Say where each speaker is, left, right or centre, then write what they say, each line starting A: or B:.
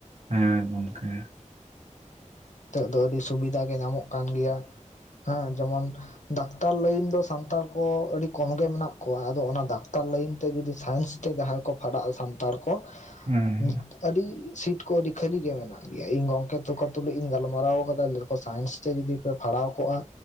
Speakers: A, on the right; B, on the left.
A: ᱦᱮᱸ ᱜᱚᱢᱠᱮ
B: ᱱᱤᱛᱚᱜ ᱫᱚ ᱟᱹᱰᱤ ᱥᱩᱵᱤᱫᱷᱟ ᱜᱮ ᱧᱟᱢᱚᱜ ᱠᱟᱱ ᱜᱮᱭᱟ ᱦᱮᱸ ᱡᱮᱢᱚᱱ ᱰᱟᱠᱛᱟᱨ ᱞᱟᱹᱭᱤᱱ ᱫᱚ ᱥᱟᱱᱛᱟᱲ ᱠᱚ ᱟᱹᱰᱤ ᱠᱚᱢ ᱜᱮ ᱢᱮᱱᱟᱜ ᱠᱚᱣᱟ ᱟᱫᱚ ᱚᱱᱟ ᱰᱟᱠᱛᱟᱨ ᱞᱟᱹᱭᱤᱱ ᱛᱮ ᱡᱩᱫᱤ ᱥᱟᱭᱮᱱᱥ ᱛᱮ ᱡᱟᱦᱟᱸᱭ ᱠᱚ ᱯᱷᱟᱰᱟᱜᱼᱟ ᱥᱟᱱᱛᱟᱲ ᱠᱚ
A: ᱩᱸ᱾
B: ᱱᱤᱛ ᱟᱹᱰᱤ ᱥᱤᱴ ᱠᱚ ᱟᱹᱰᱤ ᱠᱷᱟᱹᱞᱤ ᱜᱮ ᱢᱮᱱᱟᱜ ᱜᱮᱭᱟ ᱤᱧ ᱜᱚᱝᱠᱮ ᱛᱮᱠᱚ ᱛᱩᱞᱩᱡᱼᱼ ᱤᱧ ᱜᱟᱞᱢᱟᱨᱟᱣ ᱠᱟᱫᱟ ᱞᱟᱹᱭ ᱫᱟᱠᱚ ᱥᱟᱭᱮᱱᱥ ᱛᱮ ᱡᱩᱫᱤ ᱯᱮ ᱯᱷᱟᱲᱦᱟᱣ ᱠᱚᱜ-ᱟ